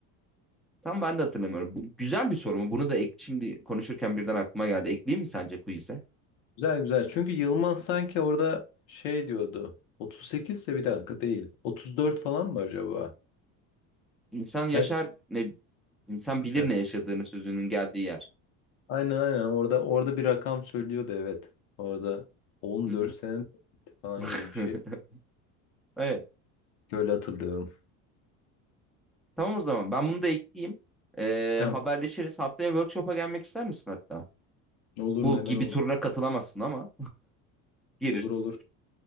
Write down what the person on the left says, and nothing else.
Güzel güzel. Çünkü Yılmaz sanki orada şey diyordu. 38 ise bir dakika değil. 34 falan mı acaba?
Evet.
Ha,
Aynen aynen. Orada orada bir rakam söylüyordu evet. Orada 14
sene falan
gibi bir şey.
Öyle hatırlıyorum.
Tamam.
Olur
neden
olur.
Olur olur.